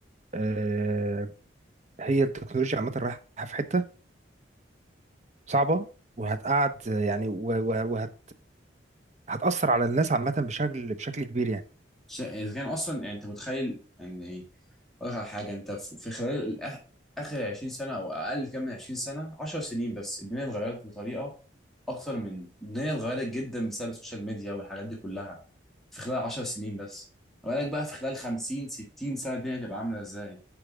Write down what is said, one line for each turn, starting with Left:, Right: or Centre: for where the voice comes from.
Right: أه هي التكنولوجيا عامة رايحة في حتة صعبة وهتقعد آه، يعني و- و- وهت هتأثر على الناس عامة بشكل بشكل كبير يعني
Centre: ش- اذا كان اصلا يعني انت متخيل ان ايه اقول لك على حاجه انت في في خلال الأخ... اخر 20 سنه او اقل كام من 20 سنه 10 سنين بس الدنيا اتغيرت بطريقه اكتر من الدنيا اتغيرت جدا بسبب السوشيال ميديا والحاجات دي كلها في خلال 10 سنين بس ما بالك بقى في خلال 50 60 سنه الدنيا تبقى عامله ازاي